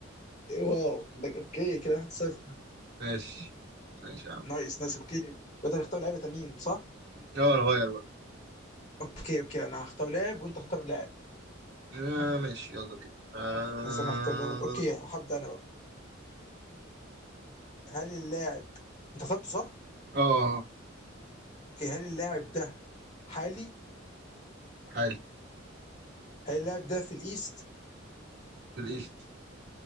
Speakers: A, on the left; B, on the right.
A: واو ده اوكي كده 1-0
B: ماشي ماشي يا عم
A: نايس نايس اوكي وانت هتختار لعيبه تانيين صح؟
B: اه نغير بقى
A: اوكي اوكي انا هختار لاعب وانت هختار لاعب
B: آه ماشي يلا بينا اه
A: بس انا هختار لاعب اوكي هبدا انا بقى هل اللاعب انت اخترته صح؟
B: اه آه،
A: اوكي هل اللاعب ده حالي؟
B: حالي
A: هل اللاعب ده في الايست؟
B: في الإيست